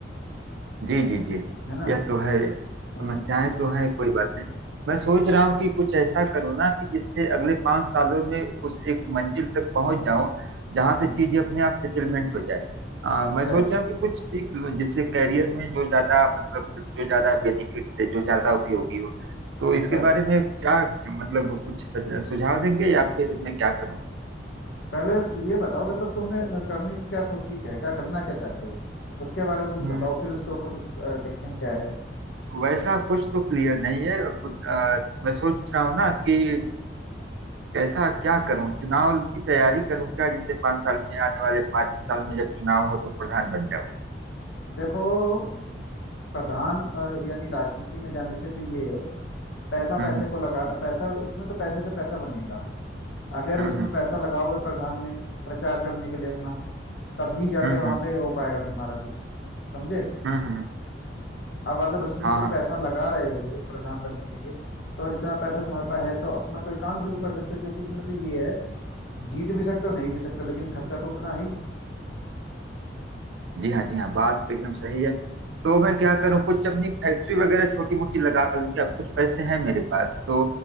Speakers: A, on the right; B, on the left.
A: जी जी जी
B: है ना
A: यह तो है समस्याएं
B: हाँ
A: तो हैं कोई बात नहीं मैं सोच रहा हूँ कि कुछ ऐसा करूँ ना कि जिससे अगले पांच सालों में उस एक मंजिल तक पहुंच जाऊं जहां
B: हाँ
A: से चीजें अपने आप सेटलमेंट हो जाए आ,
B: अच्छा
A: मैं सोच रहा हूँ कि कुछ सीख लूं जिससे करियर में जो ज्यादा मतलब जो ज्यादा बेनिफिट दे जो ज्यादा उपयोगी हो तो
B: अच्छा
A: इसके बारे में क्या मतलब कुछ सज- सुझाव देंगे या फिर मैं क्या करूँ
B: पहले ये बताओ मतलब तुमने अ, करने की क्या सोची क्या है क्या करना क्या चाहते हो उसके बारे में कुछ
A: हम्म
B: बताओ फिर उसके ऊपर कुछ अ, देखें क्या है
A: वैसा कुछ तो क्लियर नहीं है अब, अ, मैं सोच रहा हूँ ना कि कैसा क्या करूं चुनाव की तैयारी करूं क्या जिससे पांच साल में आने वाले पांच साल में जब चुनाव हो तो प्रधान बन जाऊं
B: देखो प्रधान अ, यानी राजनीति में जाने से तो ये है पैसा
A: हम्म
B: पैसे को लगा पैसा उसमें तो पैसे से पैसा बनेगा अगर
A: हम्म
B: उसमें
A: हम्म
B: पैसा लगाओगे प्रधान में प्रचार करने के लिए अपना तभी जाके
A: हम्म
B: वहां
A: हम्म
B: पे हो पाएगा तुम्हारा कुछ समझे
A: हम्म, हम्म,
B: अब अगर उसमें
A: हाँ
B: तुम
A: हाँ
B: पैसा लगा रहे हो प्रधान बनने के लिए तो और इतना पैसा तुम्हारे पास है तो अपना कोई काम शुरू कर सकते हो क्योंकि इसमें तो ये है जीत भी सकते हो नहीं भी सकते हो लेकिन खर्चा तो उतना ही
A: जी हाँ जी हाँ बात तो एकदम सही है
B: है
A: तो मैं क्या करूँ कुछ अपनी फैक्ट्री वगैरह छोटी मोटी लगा लूँ क्या कुछ पैसे हैं मेरे पास तो